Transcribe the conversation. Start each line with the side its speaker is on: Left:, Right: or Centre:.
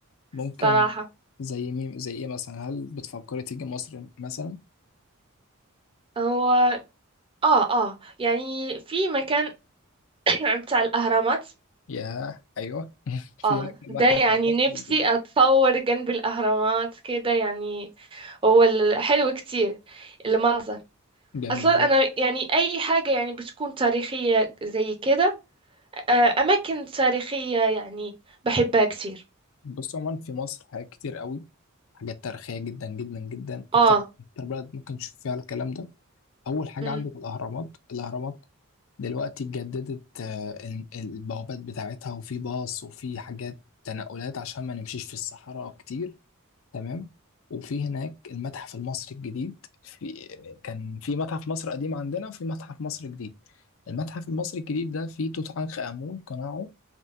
Left: ممكن
Right: بصراحه
Left: زي مين زي إيه مثلا هل بتفكري تيجي مصر مثلا؟
Right: هو اه اه يعني في مكان <clears throat> بتاع الاهرامات
Left: ياه أيوه <laughs> في
Right: اه
Left: هناك المتحف
Right: ده يعني
Left: المصري
Right: نفسي اتصور جنب الاهرامات كده يعني هو ال- حلو كتير المنظر
Left: الجميل
Right: اصلا
Left: هو
Right: انا يعني اي حاجه يعني بتكون تاريخيه زي كده آه، اماكن تاريخيه يعني بحبها كتير
Left: بص عموما في مصر حاجات كتير قوي حاجات تاريخية جدا جدا جدا أكتر
Right: اه
Left: أكتر بلد ممكن تشوف فيها الكلام ده أول حاجة
Right: امم
Left: عندك الأهرامات الأهرامات دلوقتي اتجددت آه، ال- البوابات بتاعتها وفي باص وفي حاجات تنقلات عشان ما نمشيش في الصحراء كتير تمام وفي هناك المتحف المصري الجديد في كان في متحف مصر قديم عندنا وفي متحف مصر جديد المتحف المصري الجديد ده فيه توت عنخ آمون قناعه